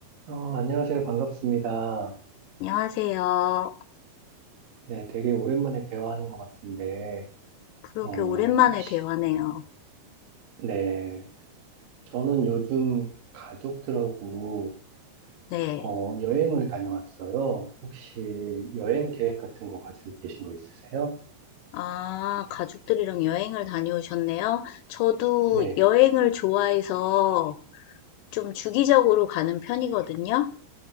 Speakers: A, on the right (about 60°); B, on the left (about 80°).
A: 어, 안녕하세요. 반갑습니다.
B: 안녕하세요.
A: 네, 되게 오랜만에 대화하는 것 같은데,
B: 그러게
A: 어,
B: 오랜만에
A: 혹시,
B: 대화네요.
A: 네, 저는 요즘 가족들하고,
B: 네.
A: 어, 여행을 다녀왔어요. 혹시 여행 계획 같은 거 가지고 계신 거 있으세요?
B: 아, 가족들이랑 여행을 다녀오셨네요. 저도
A: 네,
B: 여행을 좋아해서 좀 주기적으로 가는 편이거든요.